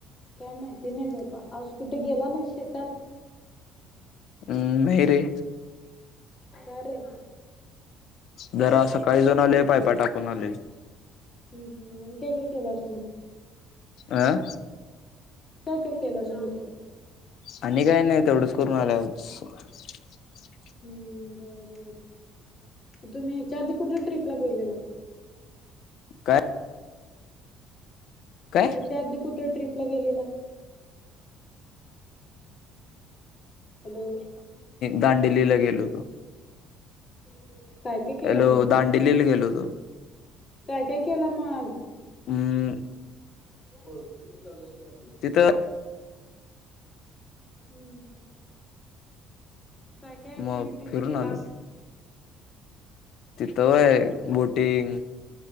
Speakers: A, on the left; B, on the left.
A: काय माहिती नाही बाबा. आज कुठे गेला नाही शेतात?
B: अम् नाही रे.
A: का रे?
B: जरा सकाळी जाऊन आलोय. पायपा टाकून आलोय.
A: हम् हम् ते केलास नव.
B: आं
A: काय केलास मग?
B: आणि काय नाही तेवढंच करून आलो आज. <unintelligible>
A: हम्म, बर बर. तुम्ही ह्याच्याआधी कुठं ट्रिपला गेलेला?
B: काय? काय
A: हेच्या आधी कुटं ट्रिपला गेलेला? हॅलो.
B: दांडिलीला गेलो होतो.
A: <inaudible>
B: एलो
A: मग
B: दांडेलीला गेलो तो
A: काय काय केला मग?
B: हम्
A: हो खूप चालय बा
B: तिथं
A: हम्म काय काय ऍक्टिव्हटीज
B: मग फिरून
A: केलास?
B: आलो. तिथं होय बोटिंग,